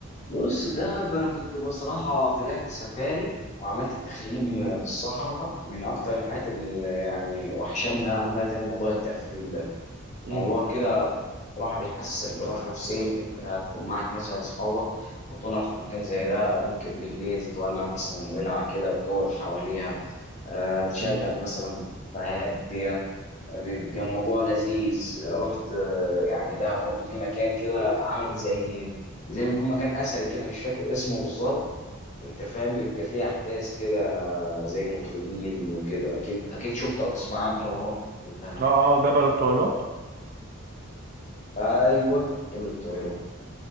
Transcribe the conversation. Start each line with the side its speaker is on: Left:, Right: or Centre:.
Left: بص دهب أنا كنت بصراحة طلعت سفاري وعملت تخييم في الصحراء من أكتر الحاجات اللي يعني وحشاني إن أنا أعملها تاني موضوع التخييم ده
Right: امم
Left: موضوع كده بصراحة بيحسسك براحة نفسية إن أنت هتكون معاك مثلا أصحابك وتطلع في مكان زي ده ممكن بالليل تولع مثلا ولعة كده وتقعد حواليها آه، تشغل
Right: امم
Left: مثلا هادية بيبقى الموضوع لذيذ رحت آه، يعني دهب برضه في مكان كده عامل زي زي ما يكون مكان أثري كده مش فاكر اسمه بالظبط أنت فاهم بيبقى فيه أحداث كده زي مطربين وكده أكيد أكيد شفت أو تسمع عنه طالما رحت دهب
Right: اه اه جبل الطويلات
Left: أيوه جبل الطويلة